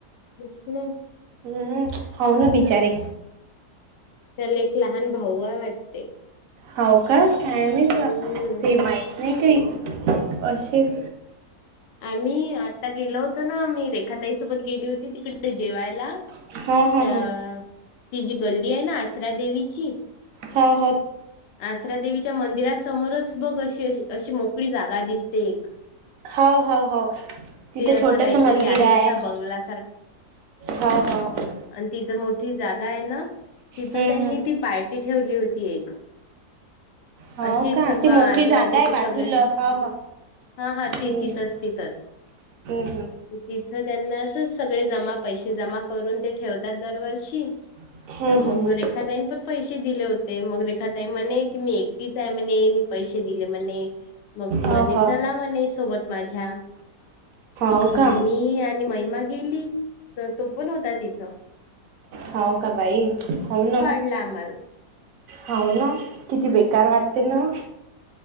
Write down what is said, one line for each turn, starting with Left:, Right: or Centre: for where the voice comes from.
Left: <inaudible>
Right: हम्म्म होऊ ना बिचारे
Left: त्याले एक लहान भाऊ हाय वाटते.
Right: होव का काय माहित बा
Left: हम्म
Right: ते माहीत नाही काही अशेल.
Left: आणि आता गेलो होतो आम्ही रेखाताईसोबत गेली होती तिकडे जेवायला.
Right: हा हा हा
Left: त्या
Right: हो
Left: ती जी गल्ली आहे ना आसरा देवीची
Right: हो होत
Left: आसरा देवीच्या मंदिरासमोरच बघ अशी अशी अशी मोकळी जागा दिसते एक
Right: हाव हाव हाव - तिथं
Left: ते असं
Right: छोटस
Left: काहीतरी
Right: मंदिर
Left: आहे
Right: हाय,
Left: असा बंगला
Right: हाव हाव -
Left: अन् तिथं मोठी जागा आहे ना, तिथं
Right: हम्म
Left: त्यांनी
Right: हम्म
Left: ती पार्टी ठेवली होती एक.
Right: हो
Left: अशीच
Right: का ती
Left: बा
Right: मोकळी
Left: आजूबाजूचे
Right: जागा आहे बाजूला
Left: सगळे,
Right: ह ह
Left: हा हा - ति
Right: हम्म
Left: तिथच तिथच
Right: हम्म
Left: तिथं त्यांना असच सगळे जमा पैसे जमा करून ते ठेवतात दरवर्षी
Right: हम्म
Left: त मग
Right: हम्म हम्म
Left: रेखा ताईनं पण पैसे दिले होते, मग रेखा - ते म्हणे की, मी एकटीच आहे म्हणे, मी पैसे दिले म्हणे, मग म्हणे
Right: हो हो
Left: चला म्हणे- सोबत माझ्या
Right: हो
Left: मग
Right: का
Left: मी आणि महिमा गेली, त तो पण होता तिथं.
Right: हाव का बाई, हव न.
Left: लांबल
Right: हाव न किती बेकार वाटते न